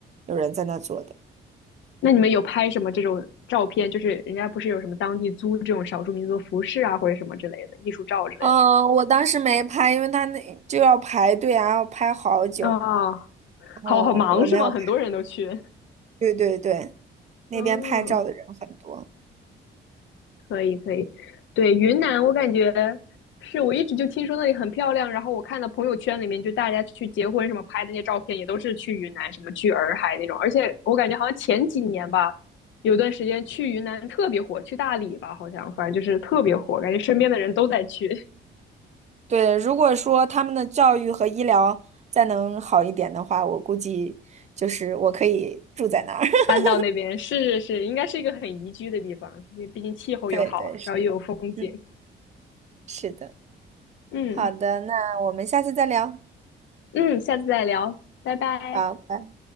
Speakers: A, on the right; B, on the left.
A: 有人在那做的。
B: 那你们有拍什么这种照片？就是人家不是有什么当地租这种少数民族服饰啊，或者什么之类的艺术照之类的？
A: 嗯，我当时没拍，因为他那就要排队啊，要拍好久。
B: 啊，
A: 然后我没有拍。
B: 好好忙是吗？很多人都去。
A: 对对对，那边拍照的人很多。
B: 嗯。可以可以，对，云南我感觉是我一直就听说那里很漂亮，
A: 嗯，
B: 然后我看到朋友圈里面就大家去结婚什么拍的那些照片，也都是去云南什么去洱海那种，而且我感觉好像前几年吧，有段时间去云南特别火，去大理吧好像，反正就是特别火，感觉身边的人都在去
A: 对，如果说他们的教育和医疗再能好一点的话，我估计就是我可以住在那儿。<laughs>
B: 搬到那边，是是是，应该是一个很宜居的地方，因为毕竟气候又好，
A: 对对，是，
B: 然后又有风景。
A: 嗯，是的。
B: 嗯
A: 好的，那我们下次再聊。
B: 嗯，下次再聊，拜拜。
A: 好，拜。